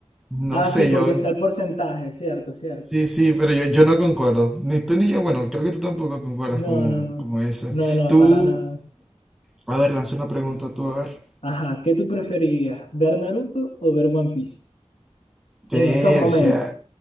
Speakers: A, in the centre; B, on the left (about 80°).
A: No
B: Ah,
A: sé,
B: sí, porque
A: yo
B: está el porcentaje, cierto, cierto.
A: Sí, sí, pero yo, yo no concuerdo. Ni tú ni yo, bueno, creo que tú tampoco concuerdas
B: No,
A: como,
B: no, no.
A: como eso.
B: No, no,
A: Tú,
B: para nada.
A: a ver, lanza una pregunta tú, a ver.
B: Ajá, ¿qué tú preferirías? ¿Ver Naruto o ver One Piece?
A: Persia,
B: En estos momentos.